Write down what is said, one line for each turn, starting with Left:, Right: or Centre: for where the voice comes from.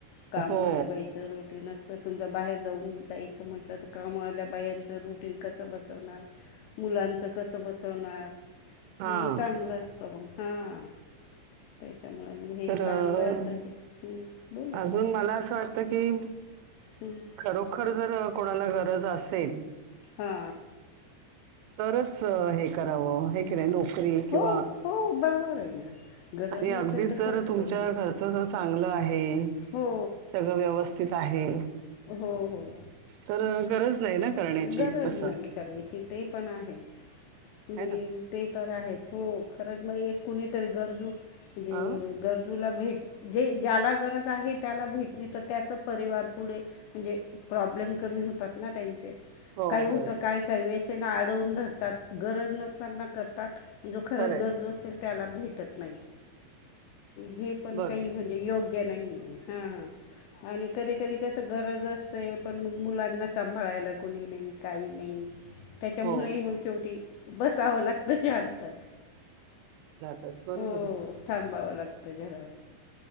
Left: कामवाल्या
Right: हो
Left: बाईचं रुटीन अस तर समजा बाहेर जाऊन जायचं म्हटलं तर कामावाल्या बायांचं रुटीन कसं बसवणार? मुलांचं कसं बसवणार?
Right: हा
Left: हे चांगलं असतं मग हा त्याच्यामुळं मग हे
Right: तर अ,
Left: चांगलं असतं की हम्म बोला
Right: अजून
Left: ना
Right: मला असं वाटतं की
Left: हम्म
Right: खरोखर जर कोणाला गरज असेल
Left: हा
Right: तरच हे करावं हे की नाही नोकरी किंवा
Left: हो हो बरोबर आहे ना गरज
Right: आणि अगदीच
Left: नसेल तर
Right: जर
Left: खरंच
Right: तुमच्या
Left: करू नये
Right: घरचं जर चांगलं आहे
Left: हो
Right: सगळं व्यवस्थित स्थित आहे
Left: हो हो
Right: तर गरज नाही ना करण्याची
Left: गरज
Right: तसं
Left: नाही करायची ते पण आहेच मी
Right: है ना
Left: ते तर आहेच हो खरंच मग एक कुणीतरी गरजू म्हणजे
Right: अं
Left: गरजूला भेट जे ज्याला गरज आहे त्याला भेटली तर त्याचं परिवार पुढे म्हणजे प्रॉब्लेम कमी होतात ना त्यांचे
Right: हो
Left: काही
Right: हो
Left: होतं काय काय व्यसनं ना आडवून धरतात गरज नसताना करतात. जो खरंच
Right: खरंय
Left: गरजू असेल त्याला भेटत नाही हे पण
Right: बरोबर
Left: काही म्हण जे योग्य नाहीेये हा आणि कधी कधी कसं गरज असते पण मग मुलांना सांभाळायला कुणी नाही काही नाही? त्याच्यामुळेही
Right: हो
Left: मग शेवटी बसावं लागतं शांत
Right: ताच बरोबर
Left: हो
Right: आहे
Left: थांबावं लागतं घरात